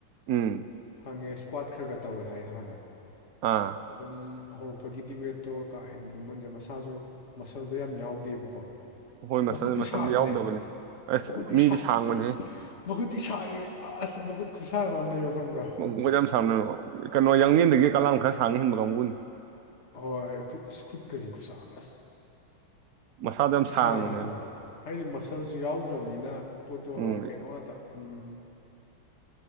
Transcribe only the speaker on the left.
ꯈꯪꯉꯦ ꯏꯁꯀ꯭ꯋꯥꯗ ꯈꯔ ꯈꯔ ꯇꯧꯋꯦ ꯍꯥꯏ ꯍꯥꯟꯅ
ꯑꯗꯨꯝ ꯍꯧꯔꯛꯄꯒꯤꯗꯤ ꯋꯦꯠꯇꯣ ꯀꯥ ꯍꯦꯟꯅ ꯂꯨꯝꯃꯟꯗ꯭ꯔꯦ ꯃꯁꯥꯁꯨ ꯃꯁꯜꯗꯣ ꯌꯥꯝ ꯌꯥꯎꯗꯦꯕꯀꯣ
ꯃꯈꯨꯠꯇꯤ
ꯁꯥꯡꯉꯤꯅꯦ
ꯃꯈꯨꯠꯇꯤ ꯁꯥꯡ
ꯃꯈꯨꯠꯇꯤ ꯁꯥꯈꯤꯅꯦ ꯑꯁ ꯃꯈꯨꯠ ꯈꯨꯠꯁꯥ ꯉꯝꯅꯦꯕ ꯈꯪꯕ꯭ꯔꯥ
ꯍꯣꯏꯨ ꯈꯨꯗꯀꯁꯤ ꯈꯨꯨꯁꯁ
ꯇꯤ
ꯁꯥꯡꯉꯤ ꯈꯪꯕ꯭ꯔꯥ ꯍꯥꯏꯗꯤ ꯃꯁꯜꯁꯨ ꯌꯥꯎꯗ꯭ꯔꯕꯅꯤꯅ ꯄꯣꯠꯇꯣ
ꯀꯩꯅꯣ ꯉꯥꯛꯇ ꯎꯝ